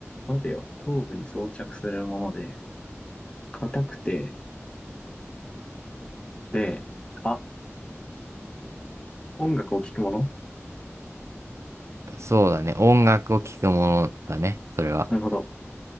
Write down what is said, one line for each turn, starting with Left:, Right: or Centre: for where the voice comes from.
Left: 待てよ。頭部に装着するもので、硬くて、で、あ、音楽を聴くもの
Right: そうだね。音楽を聴くものだね。それは。
Left: なるほど。